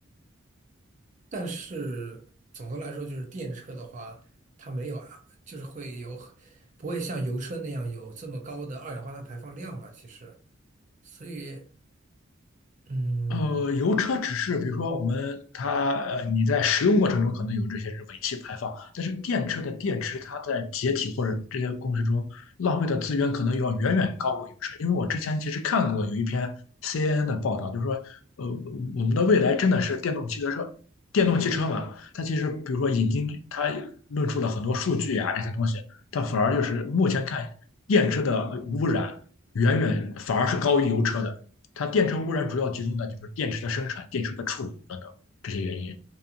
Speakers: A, on the right; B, on the left.
A: 但是总的来说，就是电车的话，它没有啊，就是会有不会像油车那样有这么高的二氧化碳排放量吧？其实，所以，嗯
B: 呃，油车只是比如说我们它呃你在使用过程中可能有这些是尾气排放，但是电车的电池它在解体或者这些过程中浪费的资源可能要远远高过油车，因为我之前其实看过有一篇 CNN 的报道，就是说呃我们的未来真的是电动汽车车，电动汽车嘛，它其实比如说引进它论述了很多数据啊这些东西，它反而就是目前看电车的污染远远反而是高于油车的。它电池污染主要集中在就是电池的生产、电池的处理等等这些原因，